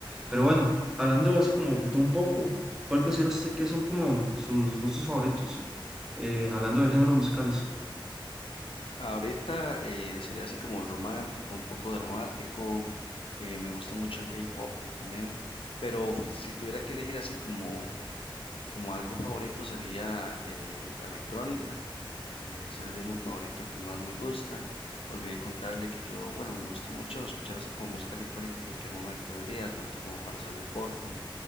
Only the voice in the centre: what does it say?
Pero bueno, hablando así como de todo un poco, ¿cuál considera usted que son como sus gustos favoritos? Eh, hablando de géneros musicales.